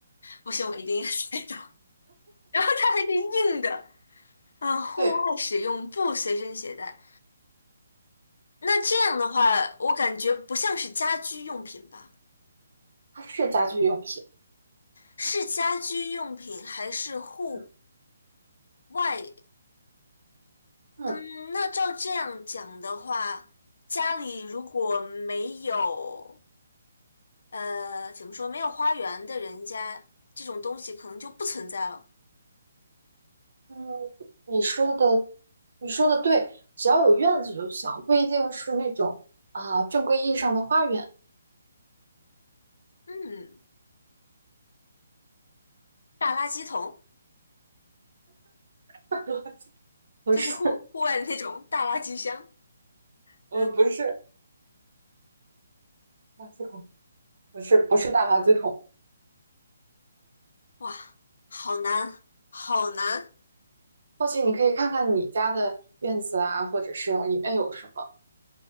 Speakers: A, on the left; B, on the right.
A: 不行，我一定要猜到。<laughs> 然后它还是硬的啊，户外使用不随身携带。
B: 对，
A: 那这样的话，我感觉不像是家居用品吧？
B: 它是家居用品。
A: 是家居用品还是户
B: 嗯
A: 外？
B: 嗯。
A: 嗯，那照这样讲的话，家里如果没有。呃，怎么说，没有花园的人家，这种东西可能就不存在了。
B: 嗯，你说的，你说的对，只要有院子就行，不一定是那种啊、正规意义上的花园。
A: 嗯，大垃圾桶
B: <laughs> 不是，
A: 就是户户外的那种大垃圾箱。
B: 呃，
A: 嗯，
B: 不是垃圾桶，不是，不是大垃圾桶。
A: 哇，好难，好难。
B: 或许你可以看看你家的院子啊，或者是里面有什么。